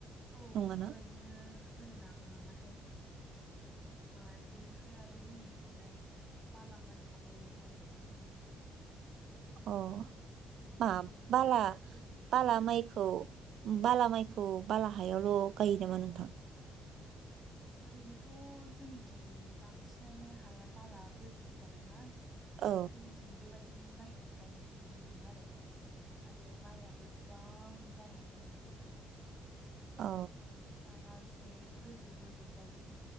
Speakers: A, on the right; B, on the right.
A: औ
B: नङाना?
A: बेबायदिनो होनो नाङा माथाय ओ बेनिफ्राय आरो जोंनिथिंजाय बाला माइखौबो गायनाय नुनो मोनो।
B: अ
A: जिहेथु
B: बा बाला
A: जोंनियाव बोरि जायो
B: बाला
A: नालाय
B: माइखौ बाला माइखौ बाला हायाव औ गायो नामा नोंथां?
A: ओरैनोथ' जोंनिथिं बांसिनानो हाया बाला बोरि गोजा नालाय
B: औ
A: जोंनिथिं बेबाय बिदि माइखौनो गायनायखौ नुनो मोनो आरो आरो माइ आबो गोबां जानायखौ नुनो मोनो।
B: औ
A: बिफाङा बे गोजौ गोजौ जायो।